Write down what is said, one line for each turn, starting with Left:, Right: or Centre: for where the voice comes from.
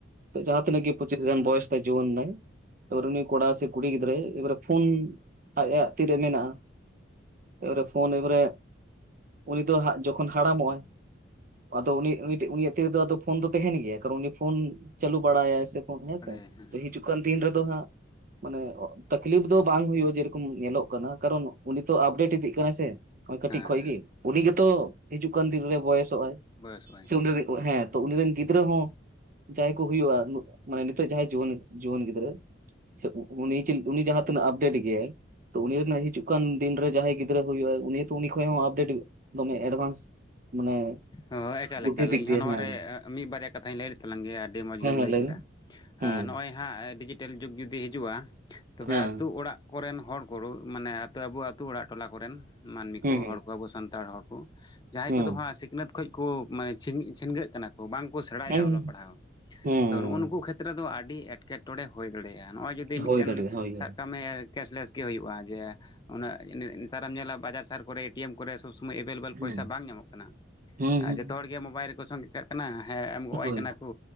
Right: ᱥᱮ ᱡᱟᱦᱟᱸ ᱛᱤᱱᱟᱹᱜ ᱜᱮ ᱯᱚᱪᱤᱥ ᱜᱟᱱ ᱵᱚᱭᱚᱥ ᱛᱟᱭ ᱡᱩᱭᱟᱹᱱ ᱱᱟᱭ᱾ ᱛᱚᱨᱚᱱᱤ ᱠᱚᱲᱟ ᱥᱮ ᱠᱩᱲᱤ ᱜᱤᱫᱽᱨᱟᱹᱭ ᱮᱵᱟᱨᱮ ᱯᱷᱳᱱ ᱟᱡᱭᱟᱜ ᱛᱤᱨᱮ ᱢᱮᱱᱟᱜᱼᱟ᱾ ᱮᱵᱟᱨᱮ ᱯᱷᱳᱱ ᱮᱵᱟᱨᱮ ᱩᱱᱤ ᱫᱚ ᱦᱟᱸᱜ ᱡᱚᱠᱷᱚᱱ ᱦᱟᱲᱟᱢᱚᱜ ᱟᱭ᱾ ᱟᱫᱚ ᱩᱱᱤ ᱩᱱᱤᱴᱮᱜ ᱩᱱᱤᱭᱟᱜ ᱛᱤᱨᱮᱫᱚ ᱟᱫᱚ ᱯᱷᱳᱱ ᱫᱚ ᱛᱮᱦᱮᱱ ᱜᱮᱭᱟ ᱠᱟᱨᱚᱱ ᱩᱱᱤ ᱯᱷᱳᱱ ᱪᱟᱹᱞᱩ ᱵᱟᱲᱟᱭᱟᱭ ᱥᱮ ᱯᱷᱳᱱ ᱦᱮᱸᱥᱮ
Left: ᱵᱟᱲᱟᱭ ᱦᱮᱸ
Right: ᱛᱚ ᱦᱤᱡᱩᱜ ᱠᱟᱱ ᱫᱤᱱ ᱨᱮᱫᱚ ᱦᱟᱸᱜ ᱢᱟᱱᱮ ᱛᱟᱠᱞᱤᱯ ᱫᱚ ᱵᱟᱝ ᱦᱳᱭᱳᱜᱼᱟ᱾ ᱡᱮᱨᱚᱠᱚᱢ ᱧᱮᱞᱚᱜ ᱠᱟᱱᱟ ᱠᱟᱨᱚᱱ ᱩᱱᱤ ᱛᱚ ᱟᱯᱰᱮᱴ ᱤᱫᱤᱜ ᱠᱟᱱᱟᱭ ᱥᱮ᱾ ᱦᱚᱜᱼᱚᱭ ᱠᱟᱹᱴᱤᱡ
Left: ᱦᱮᱸ
Right: ᱠᱷᱚᱡ
Left: ᱦᱮᱸ
Right: ᱜᱮ ᱩᱱᱤ ᱜᱮᱛᱚ ᱦᱤᱡᱩᱜ ᱠᱟᱱ ᱫᱤᱱ ᱨᱮ ᱵᱚᱭᱮᱥᱚᱜᱟᱭ
Left: ᱵᱚᱭᱚᱥᱚᱜ ᱟᱹᱧ
Right: ᱥᱮ ᱩᱱᱤ ᱨᱤᱱᱤᱡ ᱦᱮᱸ ᱛᱚ ᱩᱱ ᱨᱮᱱ ᱜᱤᱫᱽᱨᱟᱹ ᱦᱚᱸ ᱡᱟᱦᱟᱸᱭ ᱠᱚ ᱦᱩᱭᱩᱜᱼᱟ᱾ ᱢᱟᱱᱮ ᱱᱤᱛᱚᱜ ᱡᱟᱦᱟᱸᱭ ᱡᱩᱣᱟᱹᱱ ᱡᱩᱣᱟᱹᱱ ᱜᱤᱫᱽᱨᱟᱹ ᱥᱮᱜ ᱩᱱᱤ ᱪᱤᱞ ᱩᱱᱤ ᱡᱟᱦᱟᱸ ᱛᱤᱱᱟᱹᱜ ᱟᱯᱰᱮᱴ ᱜᱮᱭᱟᱭ᱾ ᱛᱚ ᱩᱱᱤ ᱨᱮᱱᱟᱜ ᱦᱤᱡᱩᱜ ᱠᱟᱱ ᱫᱤᱱᱨᱮ ᱡᱟᱦᱟᱸᱭ ᱜᱤᱫᱽᱨᱟᱹ ᱠᱚ ᱦᱩᱭᱩᱜᱼᱟ ᱩᱱᱤ ᱛᱚ ᱩᱱᱤ ᱠᱷᱚᱡ ᱦᱚᱸ ᱟᱯᱰᱮᱴ ᱫᱚᱢᱮ ᱮᱰᱵᱷᱟᱱᱥ ᱢᱟᱱᱮ
Left: ᱦᱳᱭ ᱮᱠᱟᱞᱮᱠᱟᱞᱤᱧ
Right: ᱵᱩᱫᱽᱫᱷᱤ ᱫᱤᱠ ᱫᱤᱭᱮ
Left: ᱦᱚᱸ ᱱᱚᱭᱟᱨᱮ
Right: ᱦᱮᱸ
Left: ᱢᱤᱜ ᱵᱟᱨᱭᱟ ᱠᱟᱛᱷᱟᱧ ᱞᱟᱹᱭ ᱞᱮᱛᱞᱟᱝ ᱜᱮᱭᱟ ᱟᱹᱰᱤ ᱢᱚᱸᱡᱽ
Right: ᱦᱮᱸ
Left: ᱜᱮᱢ
Right: ᱦᱮᱸ
Left: ᱞᱟᱹᱭ ᱠᱮᱫᱟ᱾
Right: ᱵᱤᱱ ᱦᱩᱸ
Left: ᱱᱚᱜᱼᱚᱭ ᱦᱟᱸᱜ ᱰᱤᱡᱤᱴᱮᱞ ᱡᱩᱜᱽ ᱡᱩᱫᱤ ᱦᱤᱡᱩᱜᱼᱟ᱾ ᱛᱚᱵᱮ
Right: ᱦᱮᱸ
Left: ᱟᱹᱛᱩ ᱚᱲᱟᱜ ᱠᱚᱨᱮᱱ ᱦᱚᱲ ᱠᱚ ᱠᱳᱨᱳ ᱢᱟᱱᱮ ᱟᱛᱳ ᱟᱵᱚ ᱟᱛᱳ ᱚᱲᱟᱜ ᱴᱚᱞᱟ ᱠᱚᱨᱮᱱ ᱢᱟᱹᱱᱢᱤ
Right: ᱦᱩᱸ
Left: ᱠᱚ ᱦᱚᱲ ᱠᱚ ᱟᱵᱚ ᱥᱟᱱᱛᱟᱲ ᱦᱚᱲ ᱠᱚ ᱡᱟᱦᱟᱸᱭ
Right: ᱦᱩᱸ
Left: ᱠᱚᱫᱚ ᱦᱟᱸᱜ ᱥᱤᱠᱷᱱᱟᱹᱛ ᱠᱷᱚᱡ ᱠᱚ ᱢᱟᱱᱮ ᱪᱷᱤᱝ ᱪᱷᱤᱱᱜᱟᱹᱜ ᱠᱟᱱᱟ ᱵᱟᱝᱠᱚ ᱥᱮᱬᱟᱭᱮᱜᱼᱟ
Right: ᱦᱩᱸ
Left: ᱚᱞᱚᱜ
Right: ᱦᱩᱸ
Left: ᱯᱟᱲᱦᱟᱣ᱾
Right: ᱦᱩᱸ
Left: ᱛᱚ ᱱᱩᱜᱼᱩ ᱱᱩᱠᱩ ᱠᱷᱮᱛᱨᱮ ᱫᱚ ᱟᱹᱰᱤ ᱮᱴᱠᱮᱴᱚᱬᱮ ᱦᱳᱭ ᱫᱟᱲᱮᱭᱟᱜᱼᱟ᱾ ᱱᱚᱜᱼᱚᱭ ᱡᱩᱫᱤ ᱢᱤᱫᱴᱮᱱ
Right: ᱦᱩᱭ ᱫᱟᱲᱮᱭᱟᱜᱼᱟ ᱦᱳᱭ ᱦᱳᱭ
Left: ᱥᱟᱠ ᱠᱟᱜ ᱢᱮ ᱠᱮᱥᱞᱮᱥ ᱜᱮ ᱦᱚᱭᱩᱜᱼᱟ ᱡᱮ ᱩᱱᱟᱹᱜ ᱱᱮᱛᱟᱨᱮᱢ ᱧᱮᱞᱟ ᱵᱟᱡᱟᱨ ᱥᱟᱦᱟᱨ ᱠᱚᱨᱮ ᱮᱴᱤᱭᱮᱢ ᱠᱚᱨᱮ ᱥᱚᱵᱽ ᱥᱚᱢᱚᱭ ᱮᱵᱮᱞᱮᱵᱮᱞ
Right: ᱦᱩᱸ
Left: ᱯᱚᱭᱥᱟ ᱵᱟᱝ ᱧᱟᱢᱚᱜ ᱠᱟᱱᱟ᱾
Right: ᱦᱩᱸ
Left: ᱟᱨ
Right: ᱦᱩᱸ
Left: ᱡᱚᱛᱚ ᱦᱚᱲᱜᱮ ᱢᱳᱵᱟᱭᱤᱞ ᱨᱮᱠᱚ ᱥᱚᱝᱜᱮ ᱠᱟᱜ ᱠᱟᱱᱟ ᱦᱮᱸ ᱮᱢ ᱜᱚᱜᱼᱟᱭ
Right: ᱦᱳᱭ
Left: ᱠᱟᱱᱟ ᱠᱩ᱾